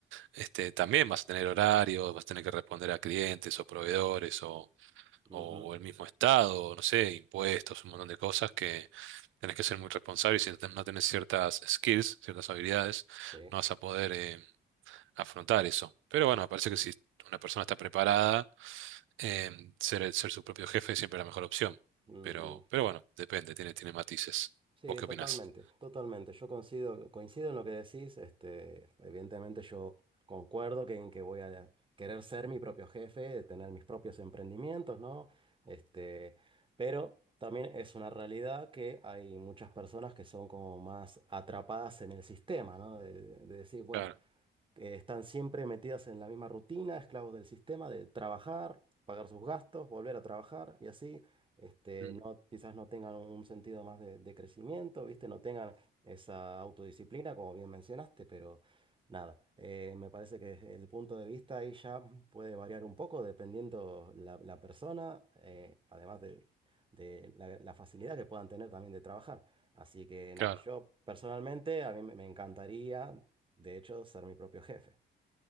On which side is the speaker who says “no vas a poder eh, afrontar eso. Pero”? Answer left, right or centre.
Right